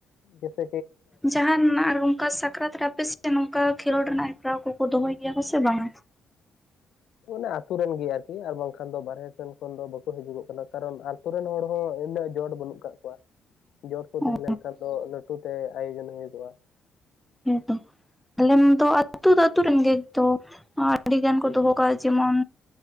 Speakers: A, on the left; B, in the centre.
A: ᱡᱮᱥᱮ
B: ᱡᱟᱦᱟᱸᱱᱟᱜ ᱟᱨ ᱱᱚᱝᱠᱟ ᱥᱟᱠᱨᱟᱛ ᱨᱮ ᱟᱯᱮ ᱥᱮ ᱱᱚᱝᱠᱟ ᱠᱷᱮᱞᱳᱰ ᱨᱮᱱᱟᱜ ᱦᱮᱯᱨᱟᱣ ᱠᱚᱠᱚ ᱫᱚᱦᱚᱭ ᱜᱮᱭᱟ ᱥᱮ ᱵᱟᱝ-ᱟ?
A: ᱚᱱᱟ ᱟᱛᱩᱨᱮᱱ ᱜᱮ ᱟᱨᱠᱤ ᱟᱨ ᱵᱟᱝᱠᱷᱟᱱ ᱫᱚ ᱵᱟᱨᱦᱮ ᱥᱮᱱ ᱠᱷᱚᱱ ᱫᱚ ᱵᱟᱠᱚ ᱦᱤᱡᱩᱜᱚᱜ ᱠᱟᱱᱟ ᱠᱟᱨᱚᱱ ᱟᱨ ᱟᱛᱳ ᱨᱮᱱ ᱦᱚᱲ ᱦᱚᱸ ᱩᱱᱟᱹᱜ ᱡᱚᱴ ᱵᱟᱹᱱᱩᱜ ᱟᱠᱟᱫ ᱠᱚᱣᱟ ᱾ ᱡᱚᱴ ᱠᱚ ᱛᱟᱦᱮᱸ
B: ᱚ
A: ᱞᱮᱱ ᱠᱷᱟᱱ ᱫᱚ ᱞᱟᱹᱴᱩᱛᱮ ᱟᱭᱳᱡᱚᱱ ᱦᱳᱭᱩᱠᱚᱜ-ᱟ ᱾
B: ᱦᱮᱸ ᱛᱚ ᱟᱞᱮᱢᱟᱛᱚ ᱟᱹᱛᱩ ᱫᱚ ᱟᱛᱩᱨᱮᱱ ᱜᱮᱛᱚ ᱟᱹᱰᱤ ᱜᱟᱱ ᱠᱚ ᱫᱚᱦᱚ ᱠᱟᱜ-ᱟ ᱡᱮᱢᱚᱱ